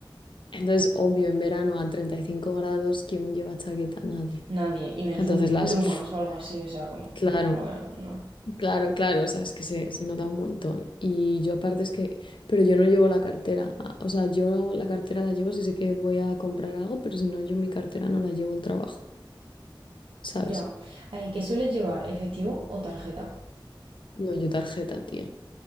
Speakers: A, on the left; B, on the right.
A: Entonces, obvio, en verano a 35 grados, ¿quién lleva chaqueta? Nadie.
B: Nadie, y menos
A: Entonces
B: un
A: las,
B: plumas
A: pf,
B: o algo así, o sea, como,
A: claro,
B: mm, obvia- no.
A: claro, claro, o sea, es que se, se nota un montón. Y yo aparte es que, pero yo no llevo la cartera, a- o sea, yo la cartera la llevo si sé que voy a comprar algo, pero si no, yo mi cartera no la llevo al trabajo, ¿sabes?
B: Ya. Ay, ¿qué sueles llevar? ¿Efectivo o tarjeta?
A: No, yo tarjeta, tía.